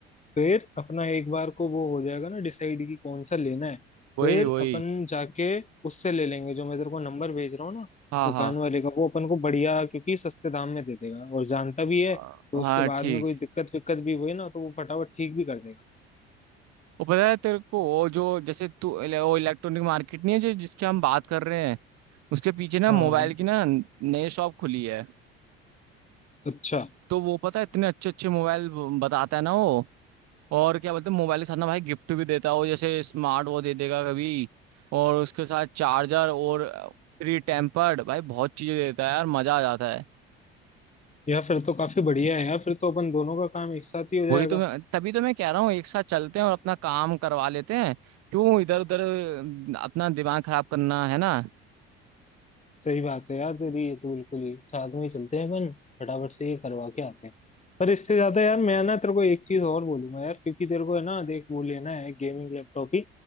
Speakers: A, on the left (about 25°); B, on the right (about 60°).
A: फिर अपना एक बार को वो हो जाएगा ना डिसाइड कि कौन सा लेना है
B: वही
A: फिर
B: वही
A: अपन जाके उससे ले लेंगे जो मैं तेरे को नंबर भेज रहा हूँ ना
B: हाँ
A: दुकान
B: हाँ
A: वाले का वो अपन को बढ़िया क्योंकि सस्ते दाम में दे देगा और जानता भी है
B: अ,
A: तो उससे
B: हाँ
A: बाद
B: ठीक
A: में कोई दिक्कत विक्कत भी हुई ना तो वो फटाफट ठीक भी कर देगा
B: वो पता है तेरे को वो जो जैसे तू इले- वो इलेक्ट्रॉनिक मार्केट नहीं है जो जिसकी हम बात कर रहे हैं उसके पीछे ना
A: हाँ
B: मोबाइल की ना नई शॉप खुली है
A: अच्छा
B: तो वो पता है इतने अच्छे अच्छे मोबाइल बताता है ना वो और क्या बोलते हैं मोबाइल के साथ ना भाई गिफ्ट भी देता है वो जैसे स्मार्ट वो दे देगा कभी और उसके साथ चार्जर और फ्री टेम्पर्ड भाई बहुत चीजें देता है यार मजा आ जाता है
A: या फिर तो काफी बढ़िया है यार फिर तो अपन दोनों का काम एक साथ ही हो जाएगा
B: वही तो मैं तभी तो मैं कह रहा हूँ एक साथ चलते हैं और अपना काम करवा लेते हैं क्यों इधर उधर अपना दिमाग खराब करना है ना
A: सही बात है यार तेरी ये तो बिल्कुल ही साथ में ही चलते हैं अपन फटाफट से ये करवा के आते हैं पर इससे ज्यादा यार मैं ना तेरे को एक चीज और बोलूंगा यार क्योंकि तेरे को है ना देख वो लेना है गेमिंग लैपटॉप ही